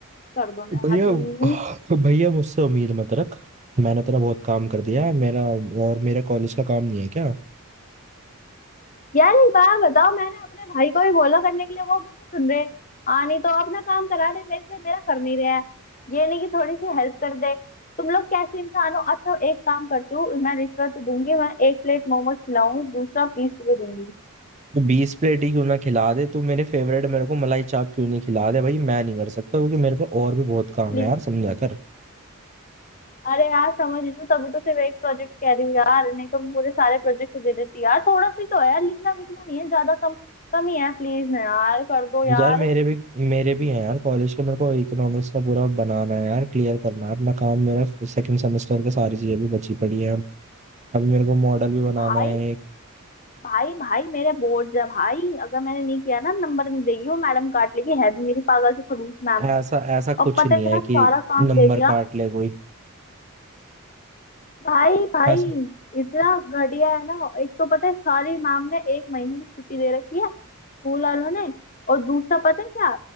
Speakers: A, on the left; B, on the right.
A: कर दो ना यार
B: भैया
A: प्लीज
B: भैया मुझसे उम्मीद मत रख मैंने तेरा बहुत काम कर दिया है मेरा और मेरे कॉलेज का काम नहीं है क्या
A: यार एक बार बताओ मैंने अपने भाई को भी बोला करने के लिए वो भी नहीं सुन रहे हाँ नहीं तो अपना काम करा रहे मेरे से मेरा कर नहीं रहे हैं ये नहीं कि थोड़ी सी हेल्प कर दे तुम लोग कैसे इंसान हो अच्छा एक काम करती हूँ मैं रिश्वत दूंगी मैं एक प्लेट मोमोज खिलाऊंगी दूसरा बीस रुपए दूंगी
B: तो बीस प्लेट ही क्यों ना खिला दे तू मेरे फेवरेट मेरे को मलाई चाप क्यों नहीं खिला दे भाई मैं नहीं कर सकता क्योंकि मेरे पे और भी बहुत काम
A: प्लीज
B: है यार समझा कर
A: अरे यार समझ रही हूँ तभी तो सिर्फ एक प्रोजेक्ट कह रही हूँ यार नहीं तो मैं पूरे सारे प्रोजेक्ट दे देती यार थोड़ा सी तो है यार लिखना विखना नहीं है ज्यादा कम कम ही है प्लीज ना यार कर दो यार
B: यार मेरे भी मेरे भी हैं यार कॉलेज के मेरे को इकोनॉमिक्स का पूरा बनाना है यार क्लियर करना है अपना काम मेरा सेकंड सेमेस्टर का सारी चीजें भी बची पड़ी हैं अभी मेरे को मॉडल भी बनाना
A: भाई
B: है एक
A: भाई भाई मेरे बोर्ड है भाई अगर मैंने नहीं किया ना नंबर नहीं देगी वो मैडम काट लेगी है भी मेरी पागल सी खड़ूस मैम
B: ऐसा ऐसा कुछ
A: और पता
B: नहीं
A: है इतना
B: है
A: सारा
B: कि
A: काम
B: नंबर
A: दे दिया
B: काट ले कोई
A: भाई भाई
B: ऐसा
A: इतना घटिया है ना एक तो पता है सारी मैम ने एक महीने की छुट्टी दे रखी है स्कूल वालों ने और दूसरा पता है क्या